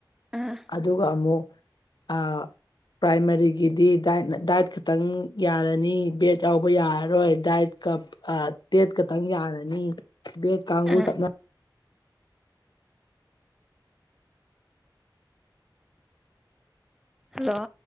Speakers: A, in the centre; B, on the left (about 65°).
A: ꯑꯥ
B: ꯑꯗꯨꯒ ꯑꯃꯨꯛ ꯑ ꯄ꯭ꯔꯥꯏꯃꯔꯤꯒꯤꯗꯤ ꯗꯥꯏꯠ ꯅ ꯗꯥꯏꯠ ꯈꯇꯪ ꯌꯥꯔꯅꯤ ꯕꯦꯠ ꯌꯥꯎꯕ ꯌꯥꯔꯔꯣꯏ ꯗꯥꯏꯠ ꯀꯞ ꯑ ꯇꯦꯠ ꯀꯇꯪ ꯌꯥꯔꯅꯤ ꯕꯦꯠ ꯀꯥꯡꯒꯨ
A: ꯑꯥ
B: ꯆꯞꯅ
A: ꯍꯜꯂꯣ